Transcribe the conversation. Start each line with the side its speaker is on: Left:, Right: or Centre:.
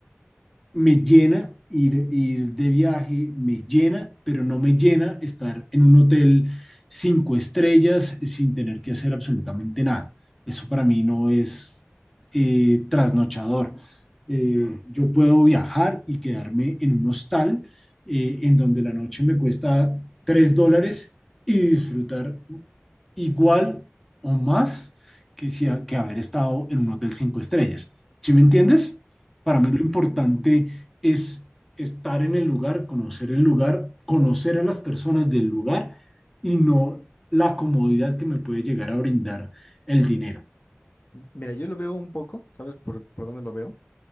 Centre: me llena ir, ir de viaje, me llena, pero no me llena estar en un hotel cinco estrellas sin tener que hacer absolutamente nada. Eso para mí no es eh, trasnochador. Eh, yo puedo viajar y quedarme en un hostal eh, en donde la noche me cuesta tres dólares y disfrutar igual o más que, si ha- que haber estado en un hotel cinco estrellas. ¿Sí me entiendes? Para mí lo importante es estar en el lugar, conocer el lugar, conocer a las personas del lugar y no la comodidad que me puede llegar a brindar el dinero.
Left: Mira, yo lo veo un poco, ¿sabes por, por dónde lo veo?